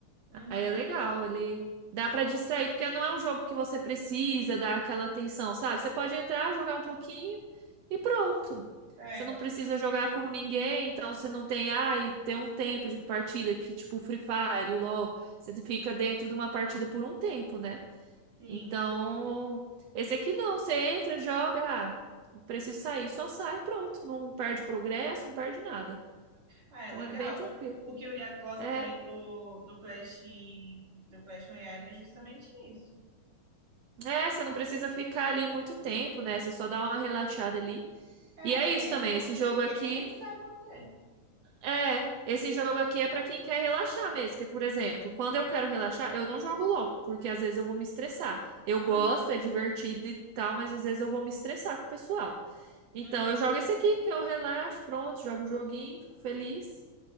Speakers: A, on the right; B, on the right.
A: Uhum,
B: Aí é legal, ele dá pra distrair, porque não é um jogo que você precisa dar aquela atenção, sabe? Você pode entrar, jogar um pouquinho e pronto.
A: é,
B: Você não precisa jogar com ninguém, então você não tem, ah e tem um tempo de partida que tipo o Free Fire, o LoL, você fica dentro de uma partida por um tempo, né?
A: sim.
B: Então, esse aqui não, você entra, joga, ah, preciso sair, só sai, pronto, não perde progresso, não perde nada.
A: Ah, é
B: Então
A: legal.
B: é bem tranquilo.
A: O que eu ia gosto
B: É,
A: também do, do Clash, do Clash Royale é justamente isso.
B: É, você não precisa ficar ali muito tempo, né? Você só dá uma relaxada ali.
A: É,
B: E é
A: você
B: isso
A: entra
B: também,
A: quando
B: esse jogo
A: quer
B: aqui
A: e sai quando quer.
B: é, esse jogo aqui é pra quem quer relaxar mesmo, que é, por exemplo, quando eu quero relaxar, eu não jogo LOL, porque às vezes eu vou me estressar. Eu
A: Uhum,
B: gosto, é divertido e tal, mas às vezes eu vou me estressar com o pessoal. Então
A: uhum.
B: eu jogo esse aqui, que eu relaxo, pronto, jogo um joguinho, fico feliz